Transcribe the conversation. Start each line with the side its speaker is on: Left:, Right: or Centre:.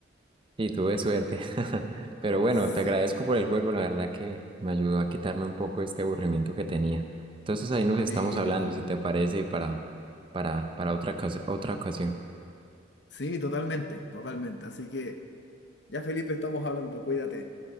Right: Y tuve suerte. <laughs> Pero bueno,
Left: Sí,
Right: te agradezco por el juego. La verdad que me ayudó a quitarme un poco este aburrimiento que tenía. Entonces ahí nos estamos
Left: sí,
Right: hablando,
Left: igual.
Right: si te parece, para, para, para otra, ocas- otra ocasión.
Left: Sí, totalmente, totalmente. Así que ya, Felipe, estamos hablando, cuídate.